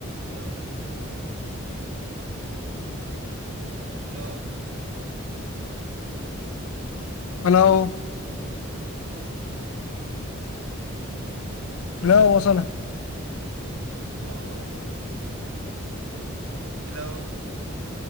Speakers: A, on the right (about 80°); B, on the left (about 85°).
A: हेल' हेल'
B: हेल'
A: hello
B: हेल' आसोल
A: हेल' ब्र' hello